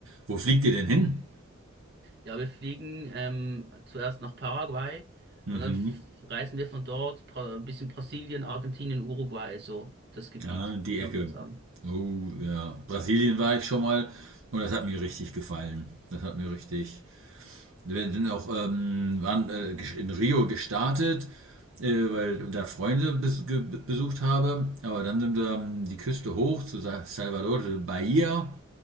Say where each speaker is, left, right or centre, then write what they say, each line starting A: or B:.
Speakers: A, on the right; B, on the right.
A: Wo fliegt ihr denn hin?
B: Ja, wir fliegen ähm, zuerst nach Paraguay
A: Mhm.
B: und dann f- reisen wir von dort Bra- ein bisschen Brasilien, Argentinien, Uruguay, so das Gebiet.
A: Ja, die
B: Schauen
A: Ecke.
B: wir uns an.
A: Oh, ja. Brasilien war ich schon mal und das hat mir richtig gefallen. Das hat mir richtig. Wir sind auch ähm, waren, äh, in Rio gestartet, äh, weil da Freunde bes ge- besucht habe. Aber dann sind wir ähm, die Küste hoch zu Sa- Salvador de Bahia